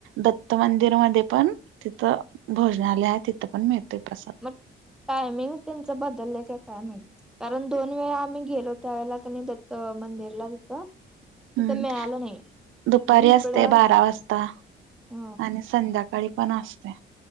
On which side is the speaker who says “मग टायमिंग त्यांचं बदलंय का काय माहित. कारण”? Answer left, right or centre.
Centre